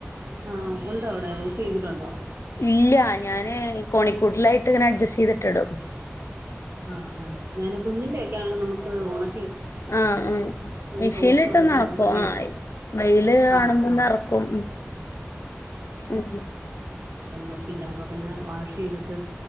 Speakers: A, on the right; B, on the left.
A: ആഹ ഉണ്ടോ അവിടെ ചെയ്തിട്ടു ണ്ടോ
B: ഇല്ല ഞാന് കോഴി ക്കൂട്ടിലായിട്ട് ഇവ നെ അഡ്ജസ്റ്റ് ചെയ്തിട്ടി ടും
A: അ ത ആ ആാ ഞാനൻ കുഞ്ഞിന്റെറെ ഒൊക്കെയണള്ളത് നമുക്ക് ഒ ണ
B: ആഹ ആ മിഷീനിലി
A: ഷോർട്ടും
B: ട്ട്
A: അതൊക്കെ
B: നന
A: ആവുമ്പത്തേനും
B: ക്കും ആ വെയില് കാണുമ്പോൾ
A: ആഹ്
B: എടുക്കും ഉ ഉ
A: മെഷൻ <inaudible> പിന്നെ വാഷ് ചെയ്തിട്ട്